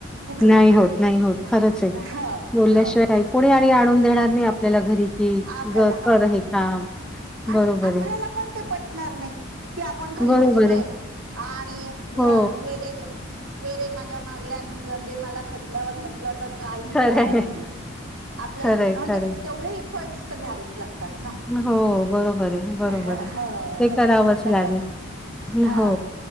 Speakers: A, on the right; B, in the centre.
A: कुठलंच
B: नाही होत नाही होत खरंच आहे
A: ह
B: बोलल्याशिवाय
A: ह
B: ऐ कोणी आणि आणून देणार नाही आपल्याला घरी कि
A: आपल्याला
B: कर
A: हा
B: हे काम बरोबर
A: आणि आपल्याला
B: आहे,
A: पण ते पटणार नाही की आपण घरी
B: बरोबर
A: बसलोय
B: आहे.
A: आणि जेरे
B: हो.
A: जेरे मा मा मागल्याे मला खटल्यावर म्हंटलं तर काही
B: खरं
A: ही होणार
B: आहे.
A: नाही आपल्याला
B: खरं आहे,
A: म्हणजे
B: खरं
A: तेवढे इफर्ट्स तर घ्यावेच लागतात ना
B: आहे. हो बरोबर आहे बरोबर
A: ह
B: आहे.
A: ह
B: ते करावंच
A: त्याच्या
B: लागेल.
A: हा
B: हो,